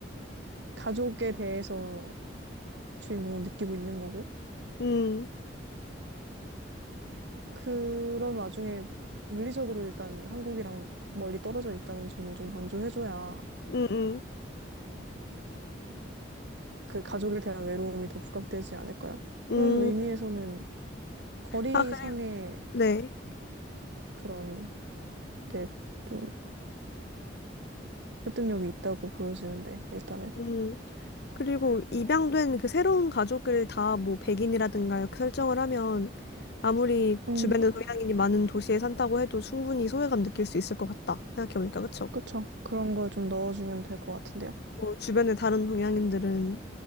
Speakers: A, on the right; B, on the left.
A: 가족에 대해서 주인공은 느끼고 있는 거고,
B: 음,
A: 그런 와중에 물리적으로 일단 한국이랑 멀리 떨어져 있다는 점을 좀 강조해줘야
B: 음, 음,
A: 그 가족에 대한 외로움이 더 부각되지 않을까요?
B: 음.
A: 그런 의미에서는 거리상의
B: 아, 그래요? 네,
A: 그런 게 좀 설득력이 있다고 보여지는데, 일단은.
B: 음. 그리고 입양된 그 새로운 가족을 다 뭐 백인이라든가 이렇게 설정을 하면 아무리
A: 음,
B: 주변에 동양인이 많은 도시에 산다고 해도 충분히 소외감 느낄 수 있을 것 같다. 생각해보니까 그쵸?
A: 그쵸. 그런 걸 좀 넣어주면 될 것 같은데요.
B: 뭐 주변에 다른 동양인들은